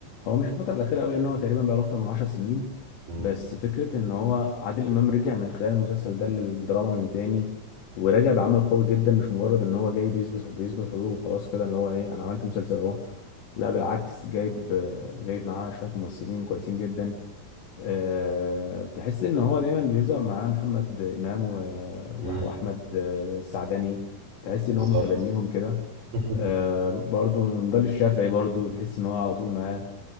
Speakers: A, on the left; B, on the right.
A: هو مش الفتره الاخيره قوي لان هو تقريبا بقاله اكتر من 10 سنين
B: مم.
A: بس فكره ان هو عادل امام رجع من خلال المسلسل ده للدراما من تاني ورجع بعمل قوي جدا مش مجرد ان هو جاي بيثبت بيثبت حضوره وخلاص كده اللي هو ايه انا عملت مسلسل اهو لا بالعكس جايب جايب معاه شويه ممثلين كويسين جدا آه، تحس ان هو دايما بيظهر معاه محمد امام و- و-
B: مم.
A: واحمد آه، السعدني تحس ان
B: بالظبط
A: هو متبنيهم كده
B: <laughs>
A: آه، برضو نضال الشافعي برضو تحس ان هو على طول معاه